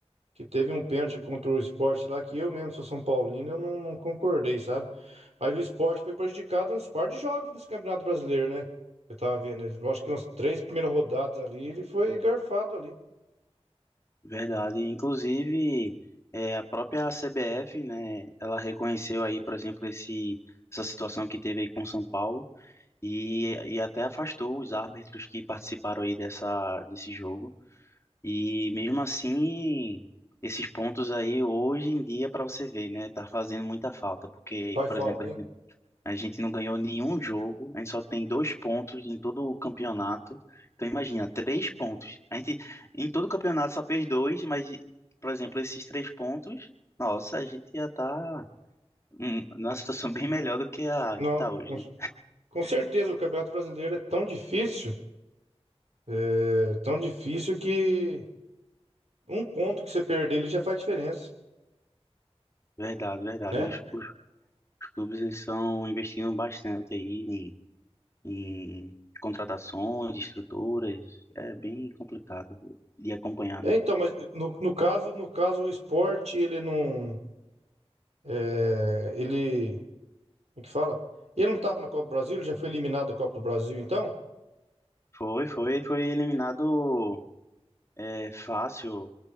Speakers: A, on the right; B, on the left.
A: que teve um pênalti contra o Sport lá, que eu mesmo sou São Paulino, eu não, não concordei, sabe? Mas o Sport foi prejudicado nos par de jogos desse Campeonato Brasileiro, né? Eu tava vendo, eu acho que umas três primeiras rodadas ali, ele foi garfado ali.
B: Verdade. Inclusive, é, a própria CBF, né? Ela reconheceu aí, por exemplo, esse, essa situação que teve aí com o São Paulo E, e até afastou os árbitros que participaram aí dessa, desse jogo. E mesmo assim, esses pontos aí hoje em dia, para você ver, né, tá fazendo muita falta, porque,
A: Faz
B: por
A: falta,
B: exemplo, a gente
A: hein?
B: a gente não ganhou nenhum jogo, a gente só tem dois pontos em todo o campeonato. Então imagina, três pontos. A gente em todo o campeonato só fez dois, mas, por exemplo, esses três pontos, nossa, a gente ia estar tá, hum, numa situação <laughs> bem melhor do que a
A: Não,
B: que tá hoje,
A: com,
B: né?
A: com certeza o Campeonato Brasileiro é tão difícil, é, tão difícil que um ponto que você perder ele já faz diferença,
B: Verdade, verdade.
A: né?
B: Os, Os clubes eles são investindo bastante aí em, em contratações, estruturas. É bem complicado de acompanhar,
A: É,
B: né?
A: então, mas no, no caso, no caso o Sport, ele não, é, ele O que fala? Ele não estava na Copa do Brasil, ele já foi eliminado da Copa do Brasil, então?
B: Foi, foi, foi eliminado é, fácil